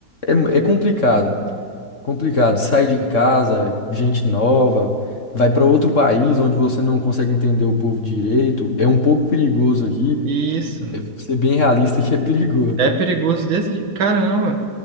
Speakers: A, on the left (about 40°); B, on the right (about 75°).
A: é, é complicado. Complicado. Sai de casa, gente nova, vai para outro país onde você não consegue entender o povo direito. É um pouco perigoso aqui.
B: isso.
A: É, ser bem realista que é perigoso.
B: É perigoso desse jeito. Caramba.